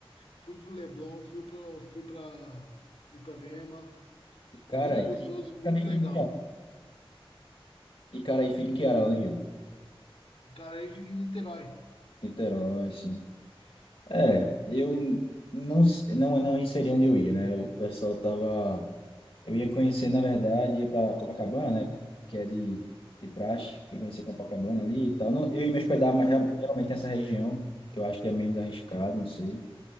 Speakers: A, on the left; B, on the left.
A: Fui pro Leblon, fui pro, fui pra Ipanema.
B: Icaraí.
A: Muito gostoso,
B: Icaraí
A: muito legal.
B: fica em quê? Icaraí fica em que área lá no Rio?
A: O cara aí fica em Niterói.
B: Niterói, sim. É, eu não, s- não, não aí seria onde eu ia, né? O pessoal tava... Eu ia conhecer, na verdade, ia pra Copacabana, né? Que é de, de praxe. Eu conhecer Copacabana ali e tal. Não, eu ia me hospedar, mas real- geralmente nessa região, que eu acho que é menos arriscado, não sei.